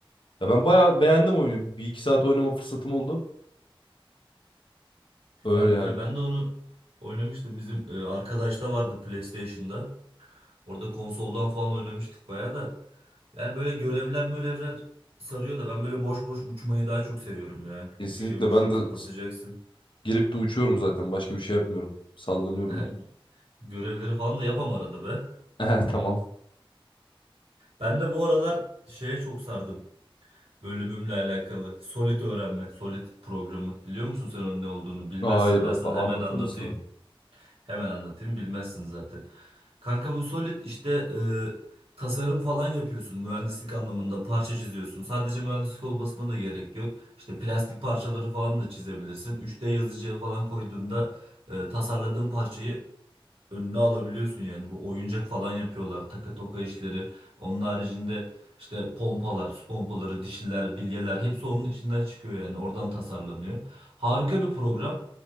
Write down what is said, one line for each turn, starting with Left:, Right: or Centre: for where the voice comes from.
Left: Ya ben bayağı beğendim oyunu. Bir iki saat oynama fırsatım oldu.
Right: Güzel
Left: Öyle
Right: güzel.
Left: yani.
Right: Ben de onu oynamıştım. Bizim e, arkadaş da vardı PlayStation'da. Orada konsoldan falan oynamıştık bayağı da. Yani böyle görevler mölevler sarıyor da ben böyle boş boş uçmayı daha çok seviyorum ya.
Left: Kesinlikle
Right: Işığı mışığı
Left: ben de
Right: kapatacaksın.
Left: s- gelip de uçuyorum zaten. Başka bir şey yapmıyorum. Sallanıyorum.
Right: <laughs> Görevleri falan da yapam arada be.
Left: <laughs> Eh, Tamam.
Right: Ben de bu aralar şeye çok sardım. Bölümümle alakalı. Solid öğrenme, Solid programı. Biliyor musun sen onun ne olduğunu? Bilmezsin.
Left: Hayır,
Right: Ben sana
Left: a-
Right: hemen
Left: anlatır
Right: anlatayım.
Left: mısın?
Right: Hemen anlatayım bilmezsin zaten. Kanka bu Solid işte e, tasarım falan yapıyorsun mühendislik anlamında parça çiziyorsun. Sadece mühendislik olmasına da gerek yok. İşte plastik parçaları falan da çizebilirsin. 3D yazıcıya falan koyduğunda e, tasarladığın parçayı önüne alabiliyorsun yani bu oyuncak falan yapıyorlar taka toka işleri onun haricinde işte pompalar su pompaları dişiler bilyeler hepsi onun içinden çıkıyor yani oradan tasarlanıyor harika bir program